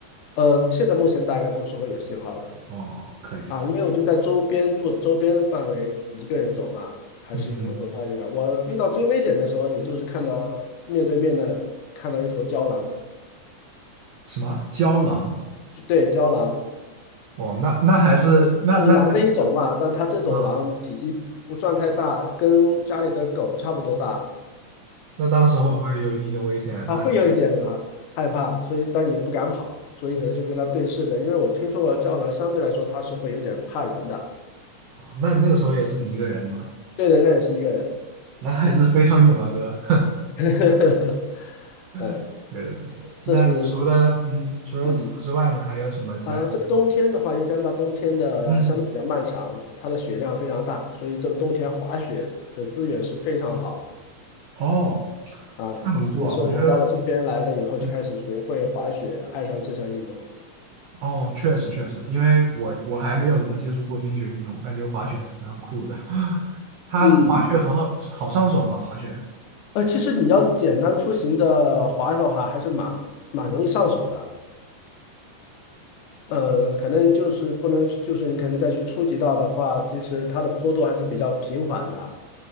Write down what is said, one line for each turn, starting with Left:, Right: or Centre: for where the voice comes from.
Left: 嗯，现在目前大概都是会有信号的
Right: 哦，可以的。
Left: 啊，因为我就在周边住，周边范围一个人走嘛，还是不会走太远。
Right: 嗯，
Left: 我遇到最危险的时候，也就是看到面对面的看到一头郊狼，
Right: 什么胶囊？
Left: 就对，郊狼
Right: 哦，那那还是那那
Left: 就是狼的一种嘛，但它这种狼体积不算太大，
Right: 嗯，
Left: 跟家里的狗差不多大。
Right: 那当时会不会有一定的危险？
Left: 嗯啊，
Right: 那
Left: 会有一点啊害怕，所以但也不敢跑，所以可能就跟他对视的。因为我听说过胶囊相对来说它是会有点怕人的，
Right: 啊那那个时候也是你一个人吗？
Left: 对人那也是一个人。
Right: 那还是非常勇啊，哥，
Left: <laughs> 哦，
Right: <laughs> 有点东西。
Left: 这是
Right: 那除了嗯，除了徒步之外呢，
Left: 嗯
Right: 还有什么其他兴趣吗
Left: 啊，这冬天的话，因为加拿大冬天的相对比较漫长，
Right: 嗯，
Left: 它的雪量非常大，所以这个冬天滑雪的资源是非常好
Right: 哦，
Left: 啊。
Right: 那很酷啊，
Left: 所以说我到了这边来了以后，
Right: 我觉得嗯，
Left: 就开始学会滑雪，爱上这项运动。
Right: 哦，确实确实，因为我我还没有怎么接触过冰雪运动，我感觉滑雪还是非常酷的。<laughs> <gasps> 它滑雪很好好上手嘛，
Left: 嗯，
Right: 滑雪。
Left: 呃，其实你要简单出行的滑手哈，还是蛮蛮容易上手的。嗯，可能就是不能去就是你可能再去初级道的话，其实它的坡度还是比较平缓的